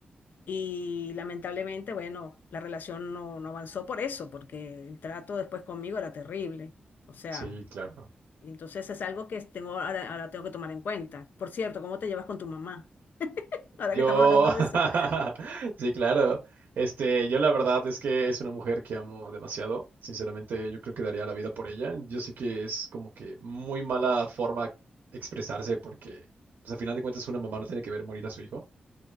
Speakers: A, on the left; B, on the right.
A: Y lamentablemente, bueno, la relación no, no avanzó por eso, porque el trato después conmigo era terrible. O sea,
B: sí, claro.
A: y entonces es algo que tengo, ahora, ahora tengo que tomar en cuenta. Por cierto, ¿cómo te llevas con tu mamá? Ahora
B: Yo,
A: que estamos hablando
B: <laughs>
A: de eso.
B: sí, claro. Este, yo la verdad es que es una mujer que amo demasiado. Sinceramente, yo creo que daría la vida por ella. Yo sé que es como que muy mala forma expresarse porque, pues al final de cuentas, una mamá no tiene que ver morir a su hijo.